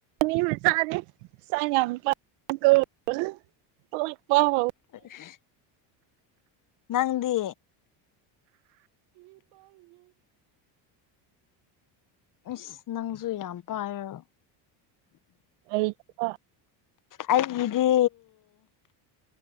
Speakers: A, on the right; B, on the left.
A: ꯃꯤ ꯃꯆꯥꯗꯤ <unintelligible> ꯀꯣꯏꯄꯥꯎ
B: <unintelligible> ꯅꯪꯗꯤ ꯏꯁ ꯅꯪꯖꯨ ꯌꯥꯝ ꯄꯥꯏꯌꯥꯔꯣ
A: ꯑꯩ <unintelligible>
B: ꯑꯩ ꯒꯤꯗꯤ